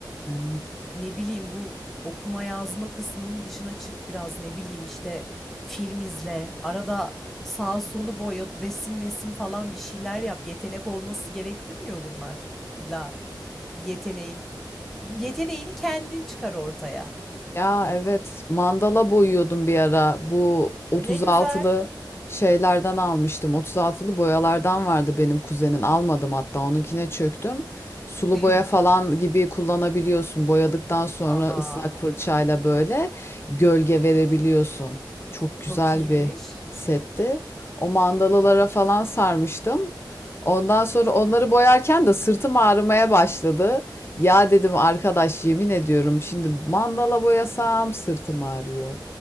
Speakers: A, on the left; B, in the centre.
A: yani.
B: ne bileyim bu okuma yazma kısmının dışına çık biraz ne bileyim işte film izle arada sağ solu boya resim mesim falan bir şeyler yap yetenek olması gerektirmiyor bunlar illa bir yeteneğin yeteneğini kendin çıkar ortaya
A: Ya evet mandala boyuyordum bir ara. Bu 36'lı
B: E ne güzel
A: şeylerden almıştım. 36'lı boyalardan vardı benim kuzenin. Almadım hatta onunkine çöktüm. Sulu
B: <laughs>
A: boya falan gibi kullanabiliyorsun. Boyadıktan sonra
B: aa
A: ıslak fırçayla böyle gölge verebiliyorsun. Çok güzel
B: çok iyiymiş
A: bir setti. O mandalalara falan sarmıştım. Ondan sonra onları boyarken de sırtım ağrımaya başladı. Ya dedim arkadaş yemin ediyorum şimdi mandala boyasam sırtım ağrıyor.